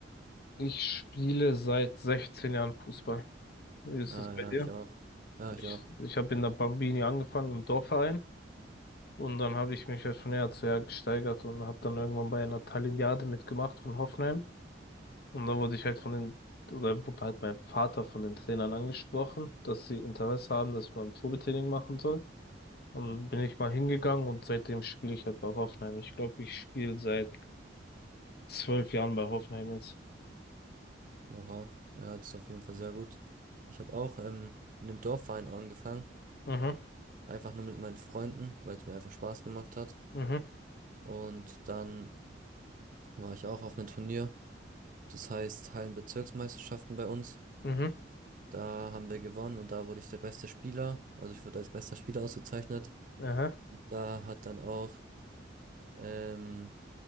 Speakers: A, on the left; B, on the right.
A: Ich spiele seit 16 Jahren Fußball. Wie ist
B: Ah,
A: es bei
B: ja,
A: dir?
B: ich auch. Ja, ich
A: Ich,
B: auch.
A: ich habe in der Bambini angefangen, im Dorfverein. Und dann habe ich mich halt von Jahr zu Jahr gesteigert und habe dann irgendwann bei einer Talignade mitgemacht von Hoffenheim. Und dann wurde ich halt von den, oder wurde halt mein Vater von den Trainern angesprochen, dass sie Interesse haben, dass ich mal ein Probetraining machen soll. Und dann bin ich mal hingegangen und seitdem spiele ich halt bei Hoffenheim. Ich glaube, ich spiele seit zwölf Jahren bei Hoffenheim jetzt.
B: Oha. Ja, das ist auf jeden Fall sehr gut. Ich habe auch ähm, in einem Dorfverein angefangen.
A: Mhm,
B: Einfach nur mit meinen Freunden, weil es mir einfach Spaß gemacht hat.
A: mhm,
B: Und dann war ich auch auf einem Turnier. Das heißt Hallenbezirksmeisterschaften bei uns.
A: mhm,
B: Da haben wir gewonnen und da wurde ich der beste Spieler. Also ich wurde als bester Spieler ausgezeichnet.
A: aha,
B: Und Da hat dann auch ähm,